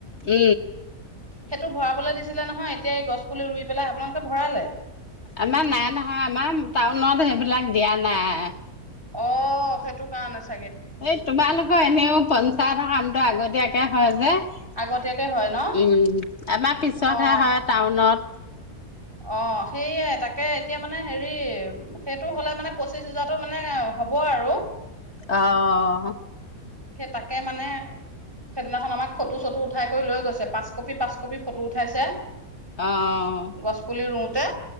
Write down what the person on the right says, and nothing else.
সেইটো ভৰাবলৈ দিছিলে নহয় এতিয়া এই গছ পুলি ৰুই পেলাই আপোনালোকে ভৰালে
অ সেইটো কাৰণ আছে
আগতীয়াকে হয় ন
অ
অ সেইয়ে তাকে এতিয়া মানে হেৰি সেইটো হলে মানে পঁচিশ হোজাৰত মানে হব আৰু
সেই তাকে মানে সেইদিনাখন আমাক ফটো চটো উঠাই কৰি লৈ গৈছে পাঁচ কপি পাঁচ কপি ফটো উঠাইছে
গছ পুলি ৰুওঁতে